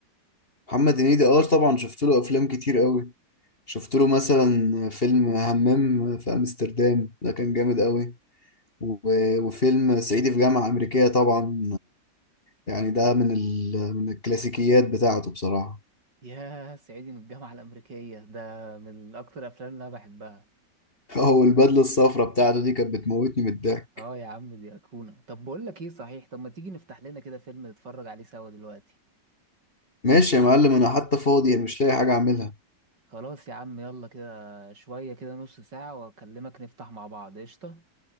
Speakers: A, on the left (about 30°); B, on the right (about 70°).
A: محمد هنيدي اه طبعا شفت له افلام كتير قوي شفت له مثلا فيلم همام في امستردام ده كان جامد قوي و- وفيلم صعيدي في جامعة أمريكية طبعا يعني ده من ال... من الكلاسيكيات بتاعته بصراحة
B: يا صعيدي من الجامعه الامريكيه ده من اكتر الافلام اللي انا بحبها
A: <laughs> هو البدلة الصفراء بتاعته دي كانت بتموتني من الضحك
B: اه يا عم دي ايقونه طب بقول لك ايه صحيح طب ما تيجي نفتح لنا كده فيلم نتفرج عليه سوا دلوقتي
A: ماشي يا معلم أنا حتى فاضي مش لاقي حاجة أعملها
B: خلاص يا عم يلا كده شويه كده نص ساعه واكلمك نفتح مع بعض قشطه